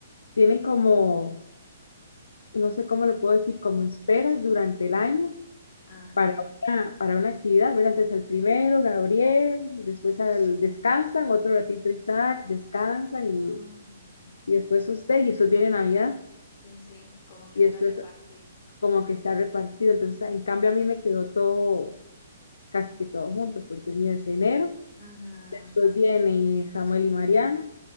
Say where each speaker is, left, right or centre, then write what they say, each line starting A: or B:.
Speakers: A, on the left (about 65°); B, on the left (about 45°).
A: tienen como, no sé cómo lo puedo decir, como esperas durante el año
B: <laughs> Ajá.
A: para una, para una actividad, ¿verdad? Entonces al primero, Gabriel, después al descansan, otro ratito Isaac, descansan y,
B: ujú,
A: y después usted, y eso viene Navidad,
B: Sí, sí, como que
A: y
B: está
A: después
B: repartido.
A: como que se ha repartido. Entonces, en cambio, a mí me quedó todo, casi que todo junto, porque el mío es enero,
B: Ajá,
A: después viene Samuel y Mariana,